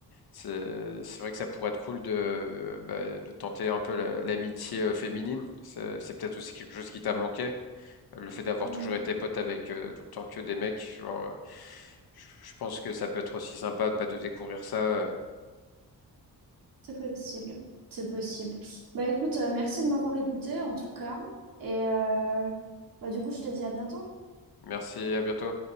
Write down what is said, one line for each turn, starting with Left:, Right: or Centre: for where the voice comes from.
Left: c'est c'est vrai que ça pourrait être cool de, euh, bah, de tenter un peu la- l'amitié euh, féminine. C'est c'est peut-être aussi quelque chose qui t'a manqué. Le fait d'avoir
Right: Ouais,
Left: toujours été pote avec euh, tout le temps que des mecs, genre, euh, je je pense que ça peut être aussi sympa de, bah, de découvrir ça. euh.
Right: c'est possible. C'est possible. Bah écoute, euh, merci de m'avoir écouté en tout cas. Et euh, bah, du coup, je te dis à bientôt.
Left: Merci, à bientôt.